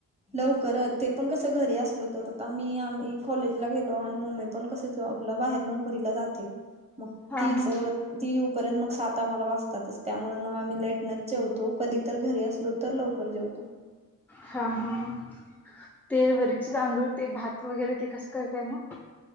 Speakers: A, on the right; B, in the centre.
A: लवकरत, ते कसं घरी असलो तर, आमी-आमी कॉलेजला गेलो, आणि मम्मे पण कस, जॉबला बाहेर नोकरीला जाते, मग
B: हा
A: ती
B: हा
A: जर ती येऊ पर्यंत, मग सात आम्हाला वाजतातच, त्यामुळे मग आम्ही लेटनच जेवतो, कधी तर घरी अस लो, तर लवकर जेवतो.
B: हां हां हां. ते वरीचे तांदूळ, ते भात वगैरे, ते कसं करताय मं?